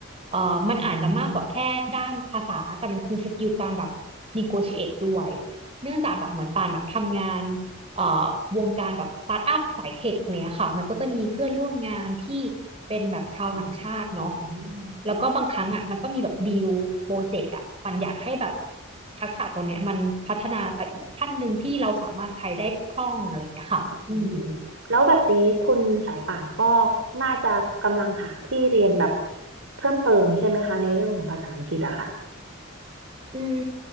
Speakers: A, on the right; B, on the right.
A: เอ่อมันอาจจะมากกว่าแค่ด้านภาษาแต่มันคือสกิลการแบบ
B: อืม
A: negotiate ด้วยเนื่องจากแบบเหมือนปานแบบทำงาน เอ่อวงการแบบสตาร์ทอัพสายเทคเนี้ยค่ะมันก็จะมีเพื่อนร่วมงานที่เป็นแบบชาวต่างชาติเนาะ
B: เป็นอืม
A: แล้วก็บางครั้งอ่ะมันก็มีแบบดีลโปรเจกต์อ่ะปันอยากให้แบบทักษะตรงเนี้ยมันพัฒนาไปอีกขั้นหนึ่งที่เราสามารถใช้ได้คล่องอะไรอย่างเงี้ยค่ะอืม
B: อืมแล้วแบบนี้คุณสายป่านก็น่าจะกำลังหาที่เรียนแบบเพิ่มเติมใช่ไหมคะในเรื่องของภาษาอังกฤษอะค่ะ
A: อืม